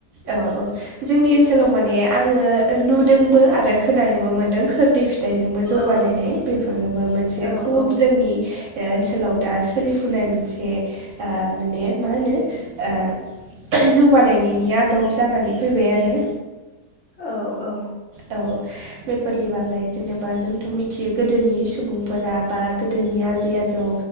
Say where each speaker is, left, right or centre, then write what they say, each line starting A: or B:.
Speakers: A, on the right (about 60°); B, on the left (about 55°).
A: औ औ जोंनि ओनसोलाव माने आङो ओ नुदोंबो आरो खोनानोबो मोनदों खोर दै फिथाइजोंबो जौ
B: औ
A: बानायनाय। बेफोरबो मोनसे
B: औ
A: खुब
B: औ
A: जोंनि ओ ओनसोलाव दा सोलिफुनाय मोनसे ओ माने मा होनो ओ जौ बानायनायनि आदब जानानै फैबाय आरो
B: औ औ।
A: औ। बेफोरनि बागै जेनेबा जोंथ' मिथियो गोदोनि सुबुंफोरा बा गोदोनि आजै आजौ